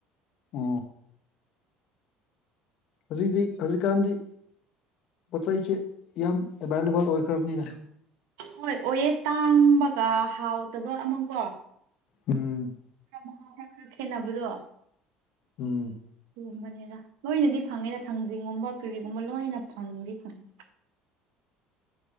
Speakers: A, on the left; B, on the right.
A: ꯑ ꯍꯧꯖꯤꯛꯇꯤ ꯍꯧꯖꯤꯛꯀꯥꯟꯗꯤ ꯄꯣꯠ ꯆꯩꯁꯦ ꯌꯥꯝ ꯑꯦꯚꯏꯂꯦꯕꯜ ꯑꯣꯏꯈ꯭ꯔꯕꯅꯤꯅ
B: ꯍꯣꯏ ꯑꯣꯏꯑ ꯇꯥꯡꯕꯒ ꯍꯥꯎꯇꯕ ꯑꯃꯒꯣ
A: ꯎꯝ
B: ꯈꯔ ꯈꯦꯠꯅꯕꯗꯣ
A: ꯎꯝ
B: ꯨꯝꯕꯗ ꯂꯣꯏꯅꯗꯤ ꯐꯪꯉꯦꯗ ꯊꯥꯡꯖꯤꯡꯒꯨꯝꯕ ꯀꯔꯤꯒꯨꯝꯕ ꯂꯣꯏꯅ ꯐꯪꯗꯤ ꯐꯪꯉꯦ